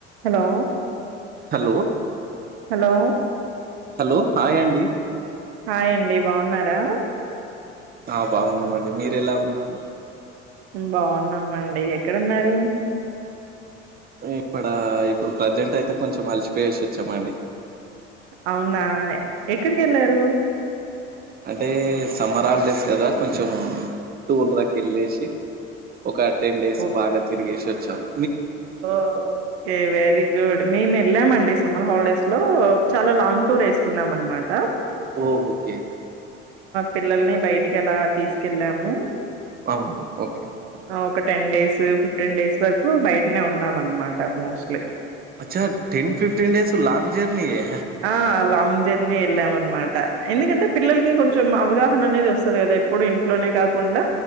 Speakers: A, on the right (about 65°); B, on the right (about 25°).
A: Hello
B: hello
A: hello
B: hello hi అండి
A: హాయ్ అండి బాన్నారా
B: ఆ బాగున్నామండి మీరు ఎలా ఉన్నారు
A: బావున్నామండి ఎక్కడున్నారు
B: ఇప్పుడ ఇప్పుడు ప్రజెంట్ అయితే కొంచెం అలిచిపోయసోచ్చామండి
A: అవునా ఎక్కడికి ఏళ్ళారు
B: అంటే సమ్మర్ హాలిడేస్ కదా కొంచెం టార్లకు వెళ్ళేసి ఒక టెన్ డేస్
A: ఓ
B: బాగా తిరిగేసి వచ్చాము
A: ఓ ఓకే వెరగుడ్ మీ మ వెళ్ళామండి సమ్మర్ హాలిడేస్ లో చాలా లాంగ్ టూర్ వేసుకున్నాం అన్నమాట
B: ఓకే
A: పిల్లల్ని బయటికి ఎలా తీసుకెళ్ళాము
B: అవును ఓకే
A: ఆ, ఒక టెన్ డేస్ ఫిఫ్టీన్ డేస్ వరకు బయటనే ఉన్నామ్ అన్నమాట మోస్ట్లీ
B: అచ్చ ten fifteen days long journey ఏ
A: ఆ లాంగ్ జర్నీ వెళ్ళాం అన్నమాట ఎందుకంటే పిల్లలకి కొంచెం అవగాహ అనేది వస్తుంది కదా ఎప్పుడు ఇంట్లోనే కాకుండా